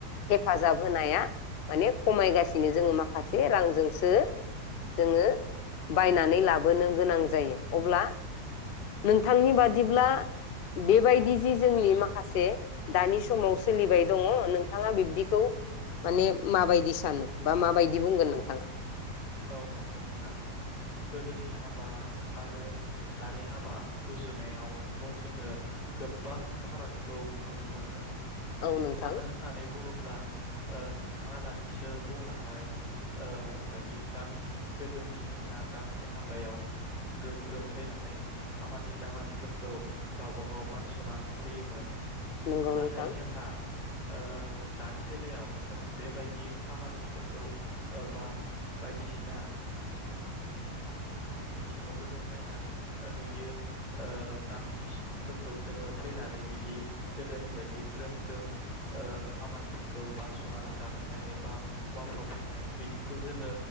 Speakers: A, on the left; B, on the left.
A: हेफाजाब होनाया माने खमायगासिनो जोङो माखासे रांजों सो जोङो बायनानै लाबोनो गोनां जायो अब्ला नोंथांनि बादिब्ला बेबायदि जि जोंनि माखासे दानि समाव सोलिबाय दङ नोंथाङा बिब्दिखौ माने माबायदि सानो बा माबायदि बुंगोन
B: औ
A: नोंथाङा
B: औ नंगौ नोंथां गोदोनि हाबा आरो दानि हाबा रुजुनायावथ' जोङो गोबां फारागखौ नुनो मोनो
A: औ नोंथां
B: मानो होननानै बुङोब्ला ओ नोंथाङा दानिसो बुंलांनाय ओ बायदि गामिनि गोदोनि जोंना गामिनि हाबायाव ग्रोम ग्रोम फैनानै खामानि दामानिफोरखौ गावब गाव बानस'ना होफैयोमोन
A: नंगौ
B: नाथाय
A: नोंथां
B: जोंहा ओ दानि बेलायाव जों बेबायदि खामानिफोरखौ ओ बा बायदिसिना ओ बिथिङावबो जों नायनानै नुयो ओ गामिनि सुबुंफोरखौ जोङो फैनानै बिदि गोदोनि बायदि ग्रोम ग्रोम ओ खामानिफोरखौ बानस'नानै लाफैनाय एबा मावफा फैनाय फैनाय बिदिखौ जोङो